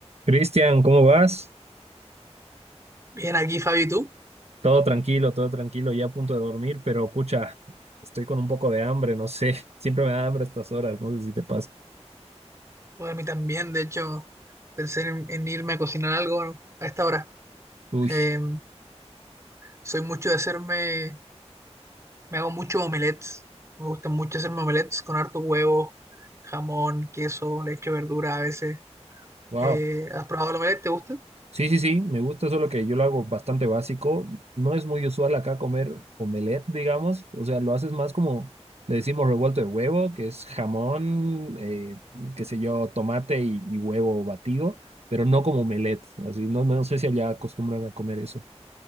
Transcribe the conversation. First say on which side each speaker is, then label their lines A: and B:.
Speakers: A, on the right (about 65°); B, on the right (about 25°).
A: Cristian, ¿cómo vas?
B: Bien aquí, Fabi, ¿y ¿tú?
A: Todo tranquilo, todo tranquilo, ya a punto de dormir, pero pucha, estoy con un poco de hambre, no sé, <laughs> siempre me da hambre a estas horas, no sé si te pasa.
B: Pues a mí también, de hecho, pensé en, en irme a cocinar algo a esta hora.
A: Uy,
B: Eh, soy mucho de hacerme, me hago muchos omelets. Me gustan mucho hacerme omelets con harto huevo, jamón, queso, le echo verdura a veces.
A: wow.
B: Eh, ¿has probado el omelette? ¿Te gusta?
A: Sí, sí, sí, me gusta, solo que yo lo hago bastante básico. No es muy usual acá comer omelette, digamos. O sea, lo haces más como, le decimos revuelto de huevo, que es jamón, eh, qué sé yo, tomate y, y huevo batido, pero no como omelette. Así, no, no sé si allá acostumbran a comer eso.